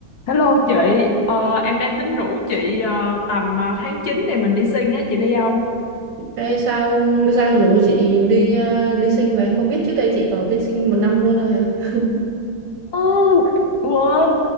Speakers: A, on the left (about 70°); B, on the right (about 65°).
A: Hello chị, Ờ, em đang tính rủ chị ờ, tầm ờ, tháng 9 này mình đi sinh á, chị đi không?
B: Ê, sao sao rủ chị đi ờ, đi sinh vậy? Không biết trước đây chị ở bên sinh một năm luôn rồi hả?
A: Ừ, Quên,